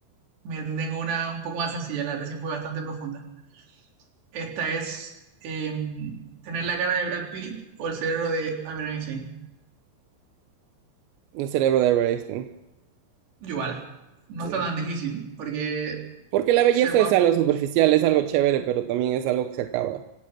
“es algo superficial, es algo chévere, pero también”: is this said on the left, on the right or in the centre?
Right